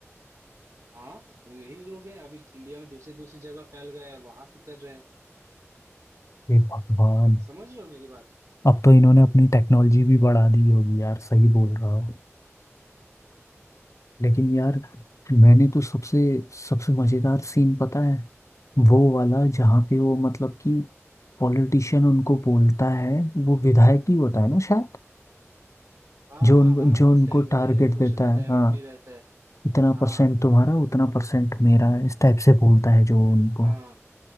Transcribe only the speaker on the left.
हे भगवान
अब तो इन्होंने अपनी टेक्नोलॉजी भी बढ़ा दी होगी यार सही बोल रहा हो लेकिन यार मैंने तो सबसे सबसे मजेदार सीन पता है वो वाला जहाँ पे वो मतलब कि पॉलिटिशियन उनको बोलता है वो विधायक ही होता है ना शायद
जो
उन,
जो
उनको
टारगेट
देता
है
हाँ
इतना
परसेंट तुम्हारा उतना परसेंट मेरा इस टाइप से बोलता है जो उनको